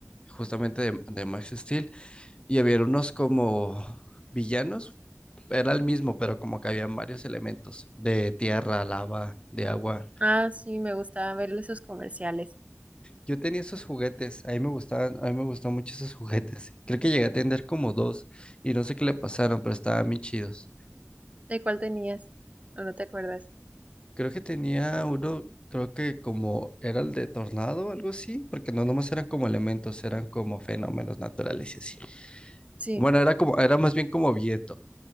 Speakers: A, on the left; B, on the right.
A: justamente de, de Max Steel, y había unos como villanos. Era el mismo, pero como que habían varios elementos de tierra, lava, de agua.
B: Ah, sí, me gustaba ver esos comerciales.
A: Yo tenía esos juguetes, a mí me gustaban, a mí me gustaban mucho esos juguetes. Creo que llegué a tener como dos y no sé qué le pasaron, pero estaban bien chidos.
B: ¿De cuál tenías? ¿O no te acuerdas?
A: Creo que tenía uno, creo que como era el de tornado o algo así, porque no nomás eran como elementos, eran como fenómenos naturales y así.
B: Sí.
A: Bueno, era como, era más bien como viento.